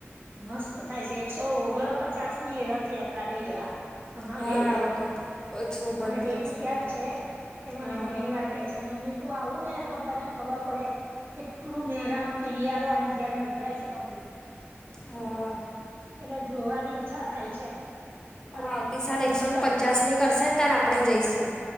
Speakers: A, on the right (about 55°); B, on the left (about 15°).
A: મસ્ત થાય છે એકસો ઓગણપચાસ ની રથયાત્રા ગઈ એ આ હમણાં
B: હા
A: ગઈ. ને
B: આ વખત એકસો ઓગણપચાસમી
A: મારે બેબી ત્યાંજ
B: હતી
A: છે કે મને
B: હા
A: ઘણી વાર કે છે મમ્મી તું આવું ને તો તને ખબર પડે કેટલું મેરા કિળયારો આની જેમ ઉભરાય છે પબ્લિક.
B: હા.
A: એટલે જોવાની ઈચ્છા થાય છે. પણ
B: ઓ
A: આ
B: આવતી સાલ
A: પગની
B: એકસો ને
A: તકલીફ
B: પચાસ મી કરશે ને ત્યારે આપણે જઈશું.